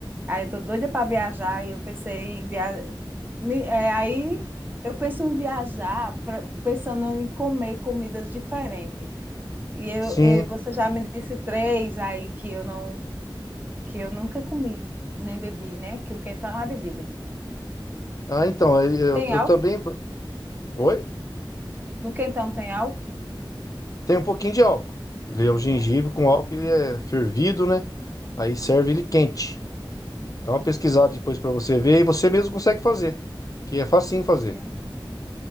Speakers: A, on the right; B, on the left.
A: Aí eu tô doida para viajar e eu pensei em viajar. aí eu penso em viajar pra- pensando em comer comidas diferentes. E eu,
B: Sim.
A: eh, você já me disse três aí que eu não que eu nunca comi, nem bebi, né? Que o quentão é a bebida.
B: Ah, então, aí eu,
A: Tem
B: eu
A: álcool?
B: também. Oi?
A: No quentão tem álcool?
B: Tem um pouquinho de álcool. Ele é o gengibre
A: É,
B: com álcool, ele é fervido, né? Aí serve ele quente. Dá uma pesquisada depois pra você ver e você mesmo consegue fazer. Que é facinho fazer.
A: é.